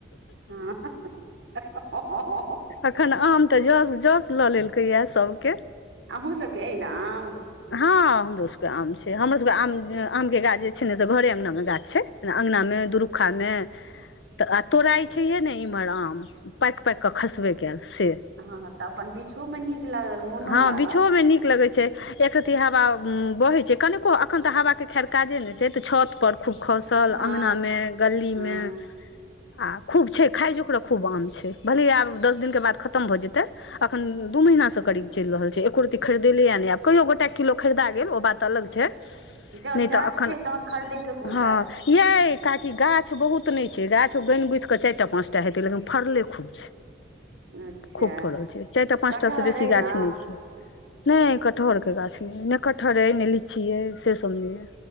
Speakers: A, on the right (about 70°); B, on the left (about 70°).
A: हा <unintelligible>
B: अखन आम त जस जस ल लेलके यए सभ के
A: अहूँ सबके ऐना आम
B: हा हमरो सभ के आम छै हमरो सबके आम आमके गाछ जे छे ने से घरे अंगना मे गाछी छै ना अगना मे दुरूखा मे त आ तोराइ छैहे ने इम्हर आम पायक पायक के खसबे केयल से
A: अ हॅं हॅं त अपन बीछो में नीक लागल मोनो
B: हँ
A: लागल
B: बिछहो मे नीक लगे छै एक रत्ती हवा बहे छै कनिको अखन त हवाके खैर काजे नै छे त छत पर खूब खसल
A: हँ
B: अंगना में गली
A: हँ
B: मे आ खूब छै खाय जो खूब आम छै भले आब दस दिन के बाद ख तम भ जेते अखन दू महिना से करीब चैल रहल छै एको र खरीदे लै य नै कहियो गोटा किलो खरीदा गेल ओ बात अलग छै
A: जहन
B: नहि
A: गाछ
B: तऽ अखन
A: छै तन खरीदै के कोन
B: हँ
A: काज छै
B: यै काकी गाछ बहुत नै छै गाछ गैन गुथकेँ चारटा पाँचटा हेते लेकिन फड़ले खूब <inaudible>
A: छै अच्छा
B: खूब फड़ल छै चारटा पाँचटा
A: कटहर
B: से बेसी
A: अइ
B: गाछ
A: न
B: नै छै नै कटहर कऽ गाछ नै नै कटहर अइ नै लिची अइ से सब नै ए